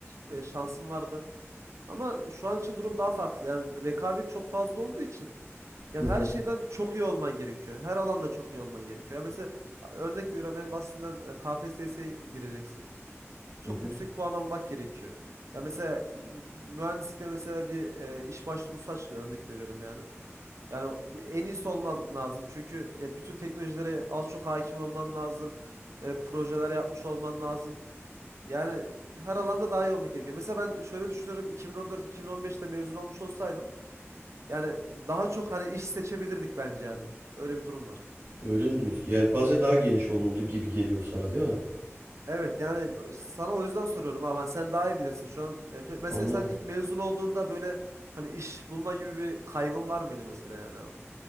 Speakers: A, on the right (about 80°); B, on the right (about 55°).
A: e, şansın vardı. Ama şu an için durum daha farklı. Yani rekabet çok fazla olduğu için yani
B: Hı hı
A: her şeyden çok iyi olman gerekiyor. Her alanda çok iyi olman gerekiyor. Yani mesela örnek veriyorum en basitinden e, KPSS'ye gireceksin çok
B: hı hı.
A: yüksek puan almak gerekiyor. Ya mesela mühendislikte mesela bir e, iş başvurusu açılıyor örnek veriyorum yani. Yani o- en iyisi olman lazım. Çünkü ya bütün teknolojilere az çok hakim olman lazım. E, projeler yapmış olman lazım. Yani her alanda daha iyi olmak gerekiyor. Mesela ben şöyle düşünüyorum. 2014-2015'te mezun olmuş olsaydım yani daha çok hani iş seçebilirdik bence yani. Öyle bir durum var.
B: Öyle mi diyorsun? Yelpaze daha geniş olurdu gibi geliyor sana değil mi?
A: Evet yani sana o yüzden soruyorum ha ben sen daha iyi bilirsin şu an. e, pe- mesela
B: Anladım.
A: sen ilk mezun olduğunda böyle hani iş bulma gibi bir kaygın var mıydı mesela yani abi?